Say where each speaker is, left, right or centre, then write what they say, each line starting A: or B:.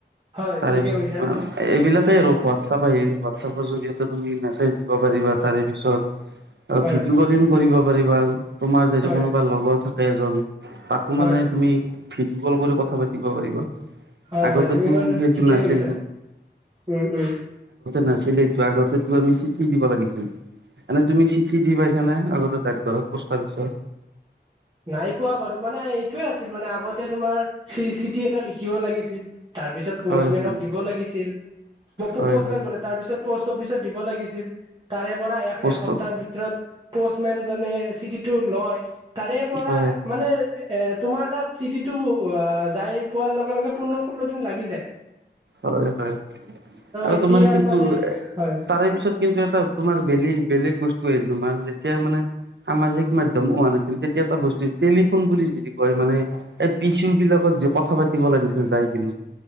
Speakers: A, on the right; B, on the right.
A: হয়,
B: তাৰে
A: ঠিকে
B: পিছত
A: কৈছা।
B: তোমাৰ এইবিলাকে আৰু হোৱাটছ আপ আহিল, হোৱাটছআপৰ জৰিয়তে তুমি মেছেজ দিব পাৰিবা তাৰে পিছত আৰু
A: হয়,
B: ভিডিঅ' কলিং কৰিব পাৰিবা তোমাৰ যদি
A: হয়,
B: কোনোবা ভাল লগৰ থাকে এজন। তাকো
A: হয়,
B: মানে তুমি ভিডিঅ' কল কৰি কথা পাতিব পাৰিবা।
A: হয়
B: আগতেতো
A: হয় তুমি বাৰু
B: সেইটো
A: ঠিকেই
B: নাছিল
A: কৈছা উম উম।
B: নাছিলেই ত আগতে আমি চিঠি দিব লাগিছিল। মানে তুমি চিঠি দি পাইছা নে আগতে ডাকঘৰত পষ্ট অফিচত?
A: নাই পোৱা বাৰু মানে এইটোৱে আছিল মানে আগতে তোমাৰ চি- চিঠি এটা লিখিব লাগিছিল তাৰ পিছত প'ষ্টমেনক
B: হয় হয়
A: দিব লাগিছিল। বপো
B: হয়
A: পষ্টমেন
B: হয়
A: বলে তাৰ পিছত প'ষ্ট অফিচত দিব লাগিছিল, তাৰে পৰা
B: পোষ্ট
A: এসপ্তাহৰ ভিতৰত পষ্টমেন। জানে, চিঠিটো লয়। তাৰেপৰা
B: হয়
A: মানে, এ, তোমাৰ তাত চিঠিটো যাই পোৱাৰ লগে, লগে। পোন্ধৰ, ষোল্ল দিন লাগি যায়।
B: হয়, হয় আৰু
A: এতিয়াৰ
B: তোমাৰ কিন্তু,
A: মানে হয়
B: তাৰে পিছত কিন্তু, এটা তোমাৰ বেলেগ, বেলেগ বস্তুৱে। তোমাৰ যেতিয়া মানে, সামাজিক মাধ্যম হোৱা নাছিল তেতিয়া এটা বস্তু টেলিফোন বুলি যদি কয় মানে এই পিছু বিলাকত যে কথা পাতিব লাগিছিল যায় কিনো।